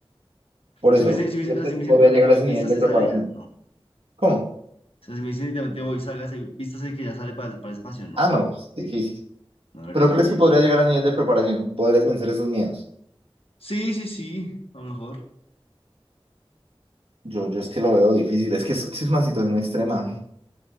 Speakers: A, on the right; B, on the left.
A: Por
B: Si
A: eso,
B: me dicen, si me,
A: ¿crees
B: dicen- o sea,
A: que
B: si me dicen
A: podría
B: literalmente
A: llegar
B: voy,
A: a ese nivel
B: vístase,
A: de preparación?
B: sale ya, no. O
A: ¿Cómo?
B: sea, si me dicen literalmente voy, sálgase, vístase que ya sale para, el- para el espacio, no,
A: Ah, no, pues, difícil.
B: no lo haría,
A: ¿Pero
B: no
A: crees
B: lo haría.
A: que podría llegar al nivel de preparación? ¿Podrías vencer esos miedos?
B: Sí, sí, sí, a lo mejor.
A: Yo, yo es que lo veo difícil, es que es, es una situación extrema.